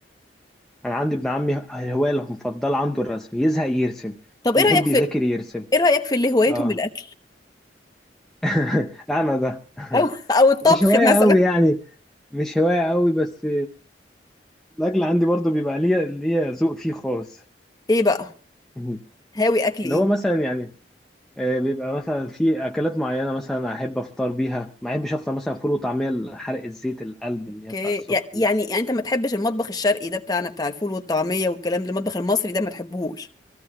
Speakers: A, in the centre; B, on the left.
A: انا عندي ابن عمي الهوايه المفضله عنده الرسم يزهق يرسم
B: طب ايه
A: يحب
B: رأيك في
A: يذاكر يرسم
B: ايه رأيك في اللي هوايتهم
A: اه
B: الاكل
A: <laughs> انا ده <laughs>
B: او <laughs> او الطبخ
A: مش هوايه
B: مثلا
A: قوي يعني مش هوايه قوي بس الاكل عندي برضو بيبقى ليا ليا ذوق فيه خاص
B: ايه بقى
A: مهم.
B: هاوي اكل
A: اللي
B: ايه
A: هو مثلا يعني آه، بيبقى مثلا في اكلات معينه مثلا احب افطر بيها ما احبش افطر مثلا فول وطعميه حرق الزيت القلب
B: اوكي
A: اللي هي بتاع الصبح
B: يع- يعني
A: دي
B: يعني انت ما تحبش المطبخ الشرقي ده بتاعنا بتاع الفول والطعمية والكلام ده المطبخ المصري ده ما تحبهوش